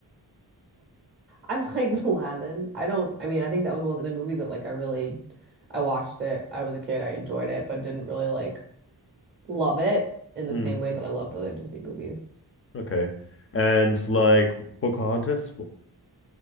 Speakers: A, on the right; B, on the left.
A: I <laughs> liked Aladdin. I don't, I mean, I think that was one of the movies that like I really, I watched it. I was a kid. I enjoyed it, but didn't really like love it in the
B: Hmm.
A: same way that I loved other Disney movies.
B: Okay. And like Pocahontas?